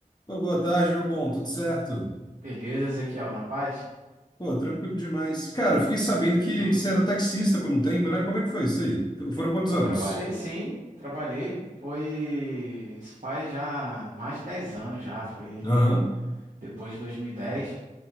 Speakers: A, on the left; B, on the right.
A: Pô, boa tarde, meu bom. Tudo certo?
B: Beleza, Ezequiel, na paz?
A: Pô, tranquilo demais. Cara, eu fiquei sabendo
B: Tranquilo.
A: que você era taxista por um tempo, né? Como é que foi isso aí? F- Foram quantos
B: Pô,
A: anos?
B: trabalhei sim, trabalhei. Foi. Isso faz já mais de 10 anos já. Foi ali
A: Aham,
B: depois de 2010.